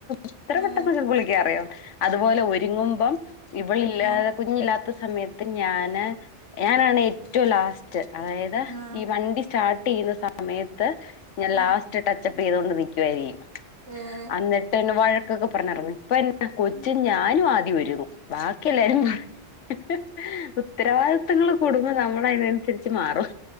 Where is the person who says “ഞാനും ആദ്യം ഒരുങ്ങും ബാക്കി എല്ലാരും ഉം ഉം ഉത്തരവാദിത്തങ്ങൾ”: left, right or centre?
Left